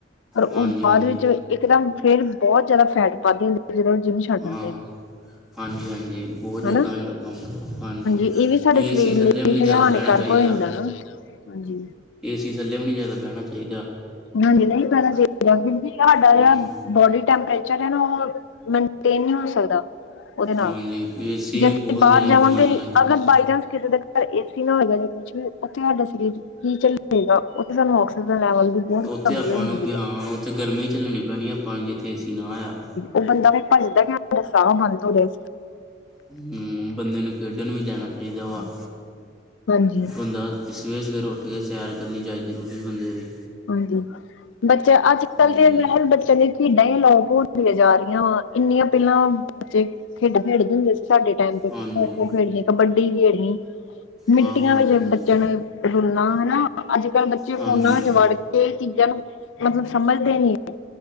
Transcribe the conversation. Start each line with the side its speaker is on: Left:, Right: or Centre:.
Left: ਪਰ ਓ
Centre: ਹਾਂਜੀ
Left: ਬਾਦ
Centre: ਹਾਂਜੀ
Left: ਵਿੱਚ ਇੱਕਦਮ- ਫੇਰ ਬੋਤ ਜਾਦਾ ਫੈਟ ਵਧ ਜਾਂਦੀ, ਜਦੋਂ ਓ ਜਿੰਮ ਛੱਡ
Centre: ਹਾਂ
Left: ਦਿੰਦੇ ਨੇ।
Centre: ਹਾਂਜੀ ਹਾਂਜੀ ਬੋ ਜਾਦਾ
Left: ਹਨਾ
Centre: ਓ ਜਾਂਦਾ ਕੰਮ, ਹਾਂਜੀ।
Left: ਇਹ ਸਾਡੇ
Centre: ਵੀ
Left: ਸਰੀਰ
Centre: ਏ ਸੀ ਥੱਲੇ
Left: ਲਈ
Centre: ਵੀ ਨੀ
Left: ਹੈਗਾ
Centre: ਜਾਦਾ
Left: ਹਾਨੀਕਾਰਕ
Centre: ਬੈਣਾ ਚਾਈਦਾ।
Left: <unintelligible> ਹਾਂਜੀ
Centre: ਏ ਸੀ ਥੱਲੇ ਵੀ ਨੀ ਜਾਦਾ ਬੈਣਾ ਚਾਈਦਾ।
Left: ਹਾਂਜੀ ਨਈ ਬੈਣਾ ਚਾਈਦਾ, ਕਿਉਂਕਿ ਸਾਡਾ
Centre: ਹੂੰ
Left: ਜੜਾ- ਬੋਡੀ ਟੈਂਪਰੇਚਰ ਏ ਨਾ ਓ ਮੇਨਟੇਨ ਨੀ ਓ ਸਕਦਾ। ਓਦੇ ਨਾਲ
Centre: ਹਾਂਜੀ ਵੀ ਏ ਸੀ
Left: ਜੇ
Centre: ਵੀ
Left: ਅਸੀਂ
Centre: ਬਹੁਤ
Left: ਬਾਰ
Centre: ਜ਼ਿਆਦਾ
Left: ਜਾਵਾਂਗੇ,
Centre: ਬਿਮਾਰੀਆਂ ਲੱਗ ਜਾਂਦੀਆਂ
Left: ਅਗਰ ਬਾਈ ਚਾਂਸ ਕਿਸੇ ਦੇ- ਪਰ ਏ ਸੀ ਨਾ ਹੋਏਗਾ ਜਾਂ ਕੁਛ ਵੀ ਓਥੇ ਹਾਡਾ ਸਰੀਰ ਕੀ ਚੱਲੇਗਾ। ਓਥੇ ਸਾਨੂੰ ਆਕਸੀਜਨ ਲੈਵਲ ਦੀ- ਬਹੁਤ
Centre: ਓਥੇ
Left: ਕਮੀ
Centre: ਆਪਾਂ
Left: ਹੋ ਜਾਂਦੀ
Centre: ਨੂੰ ਵੀ ਹਾਂ
Left: ਹੈ।
Centre: ਓਥੇ ਗਰਮੀ ਝੱਲਣੀ ਪੈਣੀ ਆਪਾਂ ਨੂੰ, ਜਿੱਥੇ ਏ ਸੀ ਨਾ ਹੋਇਆ।
Left: ਓ ਬੰਦਾ ਵੀ ਭੱਜਦਾ ਕੀ ਓਥੇ ਸਾਅ ਬੰਦ ਹੋਵੇ।
Centre: ਹੂੰ ਬੰਦੇ ਨੂੰ ਖੇਡਣ ਵੀ ਜਾਣਾ ਚਾਈਦਾ ਵਾ।
Left: ਹਾਂਜੀ।
Centre: ਬੰਦਾ- ਸਵੇਰੇ ਸਵੇਰੇ ਉੱਠ ਕੇ ਸੈਰ ਕਰਨੀ ਚਾਈ ਜ਼ਰੂਰੀ ਬੰਦੇ ਦੀ।
Left: ਹਾਂਜੀ ਬੱਚਾ ਅੱਜ ਕੱਲ੍ਹ
Centre: ਹਾਂਜੀ
Left: ਦੇ ਮਹਿਰ ਬੱਚਿਆਂ ਨੇ। ਖੇਡਾਂ ਹੀ ਅਲੋਪ ਹੋਣ ਦੀਆਂ ਜਾ ਰੀਆਂ ਵਾ, ਏਨੀਆਂ ਪੈਲਾਂ ਬੱਚੇ ਖੇਡਾਂ ਖੇਡਦੇ ਹੁੰਦੇ ਸੀ। ਸਾਡੇ ਟੈਮ ਤੇ ਖੋ
Centre: ਹਾਂਜੀ
Left: ਖੋ ਖੇਡਣੀ, ਕਬੱਡੀ ਖੇਡਣੀ, ਮਿੱਟੀਆਂ
Centre: ਆਹ ਹਾਂਜੀ
Left: ਵਿੱਚ
Centre: ਹਾਂਜੀ
Left: ਬੱਚਿਆਂ ਨੂੰ- ਰੁਲਣਾ ਹਨਾ। ਅੱਜ ਕੱਲ੍ਹ ਬੱਚੇ
Centre: ਹਾਂਜੀ
Left: ਫੋਨਾਂ ਚ ਵੜ ਕੇ ਚੀਜ਼ਾਂ ਨੂੰ ਮਤਲਬ ਸਮਝਦੇ ਨੀ। ਹੈ।